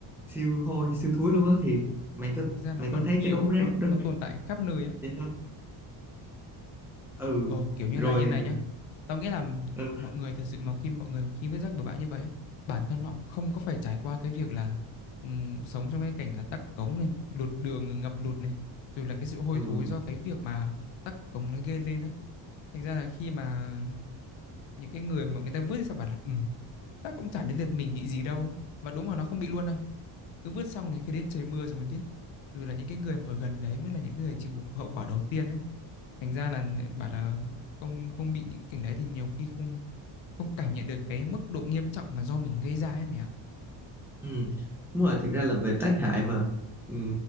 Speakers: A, in the centre; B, on the left.
A: siêu hôi siêu thúi luôn á thì mày có
B: Thực ra nó
A: mày
B: có
A: có
B: nhiều
A: thấy cái đống
B: á,
A: rác
B: nó
A: đó
B: nó tồn tại khắp nơi á.
A: vậy hả ừ
B: Ờ, kiểu như
A: rồi
B: là như này nhá. Tao nghĩ là
A: ừ
B: mọi người thật sự mà khi mọi người khi vứt rác bừa bãi như vậy á, bản thân họ không có phải trải qua cái việc là ừm, sống trong cái cảnh là tắc cống này, lụt đường, ngập lụt này, rồi là cái sự hôi
A: ừ
B: thối do cái việc mà tắc cống nó gây lên á thành ra là khi mà những cái người mà người ta vứt thì sao bảo là ừ chắc cũng chả đến lượt mình bị gì đâu và đúng là nó không bị luôn đâu cứ vứt xong này cứ đến trời mưa rồi mới biết rồi là những cái người mà ở gần đấy mới là những người chịu hậu quả đầu tiên ấy thành ra là bảo là không không bị những cái cảnh đấy thì nhiều khi không không cảm nhận được cái mức độ nghiêm trọng mà do mình gây ra ấy mày ạ
A: ừ đúng rồi thiệt ra là về tác hại mà ừ,